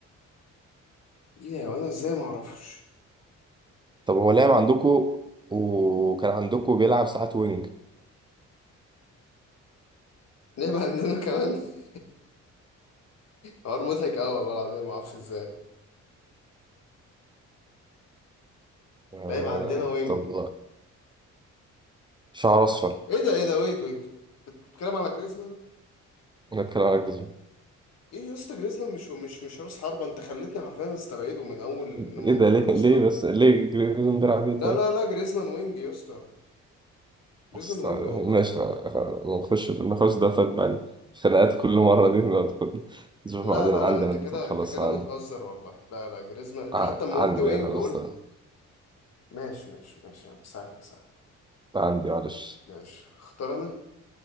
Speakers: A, on the left; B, on the right.
A: ايه ده وانا ازاي ما اعرفش
B: طب هو لعب عندكو وكان عندكو بيلعب ساعات وينج
A: لعب عندنا كمان <laughs> حوار مضحك قوي والله العظيم ما اعرفش ازاي
B: آه
A: لعب عندنا وينج
B: طب شعر اصفر
A: ايه ده ايه ده ويت ويت بت- بتتكلم على جريزمان
B: نتكلم على جريزمان
A: ايه يا اسطى جريزمان مش مش مش راس حربة انت خلتني حرفيا استبعده من اول لما
B: ايه ده
A: قلت
B: ليه
A: لك
B: ليه
A: راس حربة
B: بس ليه جريزمان بيلعب ايه طيب
A: لا لا لا جريزمان وينج يا اسطى جريزمان
B: بس
A: وينج
B: آه،
A: والله
B: ماشي خ- خ- نخش في النقاش ده طيب بعد خناقات كل مرة دي ندخل نشوف
A: لا
B: بعدين
A: لا
B: عندنا
A: لا انت كده
B: دي طب خلاص
A: انت كده
B: عن...
A: بتهزر والله لا لا جريزمان انت
B: ع-
A: حتى لما
B: عندي
A: قلت وينج
B: يعني، خلاص
A: قلت
B: ده
A: ماشي ماشي ماشي يا عم سهلة سهلة
B: عندي معلش
A: ماشي اختار انا